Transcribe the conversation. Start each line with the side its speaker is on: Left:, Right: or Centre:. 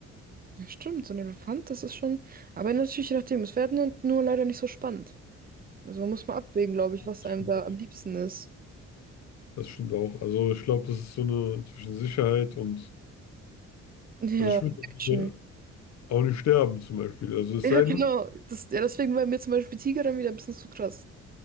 Right: Ja, stimmt. So ein Elefant, das ist schon. Aber natürlich, je nachdem. Es wäre nur, nur leider nicht so spannend. Also man muss mal abwägen, glaube
Left: Ja,
Right: ich,
Left: das
Right: was
Left: stimmt
Right: einem da
Left: auch.
Right: am liebsten ist.
Left: Das stimmt auch. Also ich glaube, das ist so eine zwischen Sicherheit und...
Right: Ja,
Left: Also ich würde
Right: Action.
Left: hier auch nicht sterben zum Beispiel. Also
Right: <laughs>
Left: es
Right: Ja,
Left: sei
Right: genau.
Left: denn,
Right: Das, ja, deswegen war mir zum Beispiel Tiger dann wieder ein bisschen zu krass.